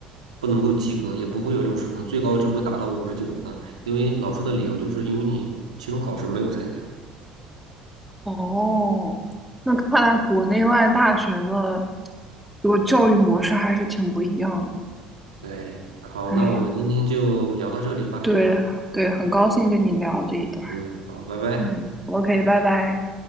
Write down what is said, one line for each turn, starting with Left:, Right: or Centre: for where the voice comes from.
Right: 不能够及格，也不会有六十分，最高只会达到五十九分，因为老师的理由就是因为你期中考试没有参加。
Centre: 哦，那看来国内外大学的这个教育模式还是挺不一样的。
Right: 对，好，
Centre: 哎，
Right: 那我们今天就聊到这里吧。
Centre: 对对，很高兴跟你聊这一段儿。
Right: 嗯，好，拜拜。
Centre: 嗯，OK，拜拜。